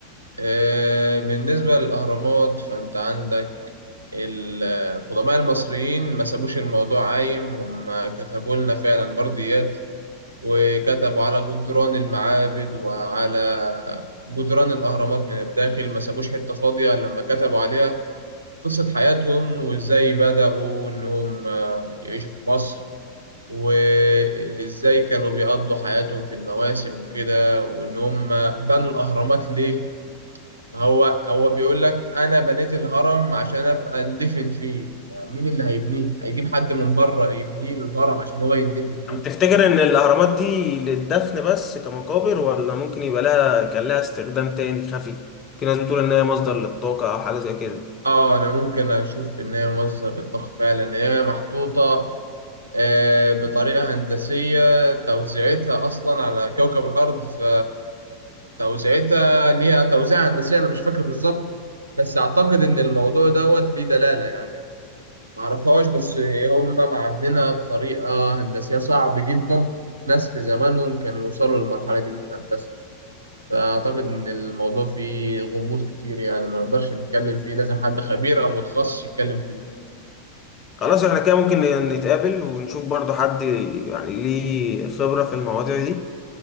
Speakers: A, on the right; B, on the left.
A: آه، بالنسبة للأهرامات فأنت عندك القدماء المصريين ما سابوش الموضوع عايم هم كتبوا لنا فعلا برديات وكتبوا على جدران المعابد وعلى جدران الأهرامات من الداخل ما سابوش حتة فاضية لما كتبوا عليها قصة حياتهم وإزاي بدأوا إنهم آه، يعيشوا في مصر وإزاي كانوا بيقضوا حياتهم في المواسم وكده وإن هم بنوا الأهرامات ليه؟ ما هو هو بيقول لك أنا بنيت الهرم عشان أبقى أندفن فيه فمين اللي هيبنيه؟ هيجيب حد من بره يبنيه له الهرم عشان هو يندفن فيه؟
B: طب تفتكر ان الاهرامات دي للدفن بس كمقابر ولا ممكن يبقى لها كان لها استخدام تاني خفي في ناس بتقول ان هي مصدر للطاقة او حاجة زي كده
A: آه أنا ممكن أشوف إن هي مصدر للطاقة فعلا إن هي محطوطة آه، بطريقة هندسية توزيعتها أصلا على كوكب الأرض ف توزيعتها ليها توزيع هندسي انا مش فاكر بالظبط بس اعتقد ان الموضوع دوت ليه دلاله يعني أنا ما اعرفهاش بس هم معاملينها بطريقه هندسيه صعب جدا ناس في زمانهم كانوا يوصلوا للمرحله دي من الهندسه فاعتقد ان الموضوع فيه غموض كتير يعني ما نقدرش نتكلم فيه لازم حد خبير او متخصص يتكلم فيه
B: خلاص احنا كده ممكن نتقابل ونشوف برضو حد يعني ليه خبرة في المواضيع دي